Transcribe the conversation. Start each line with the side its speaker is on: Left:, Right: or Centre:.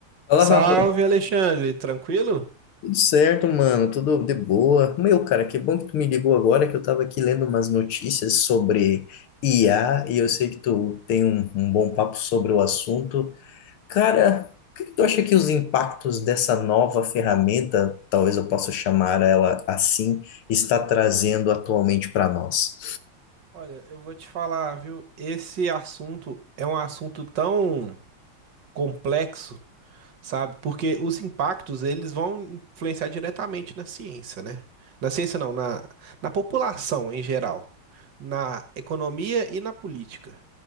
Left: Fala,
Right: Salve,
Left: Rafa.
Right: Alexandre, tranquilo?
Left: Tudo certo, mano? Tudo de boa? Meu, cara, que bom que tu me ligou agora, que eu tava aqui lendo umas notícias sobre IA e eu sei que tu tem um, um bom papo sobre o assunto. Cara, o que que tu acha que os impactos dessa nova ferramenta, talvez eu possa chamar ela assim, está trazendo atualmente para nós?
Right: Olha, eu vou te falar, viu? Esse assunto é um assunto tão complexo, sabe? Porque os impactos, eles vão influenciar diretamente na ciência, né? Na ciência não, na, na população em geral, na economia e na política,